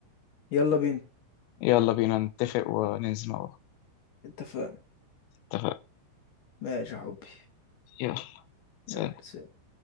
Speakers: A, on the left; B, on the left.
A: يلا بينا
B: يلا بينا نتفق وننزل مع بعض
A: اتفقنا
B: اتفق
A: ماشي يا حبي
B: يلا سلام
A: يلا سلام.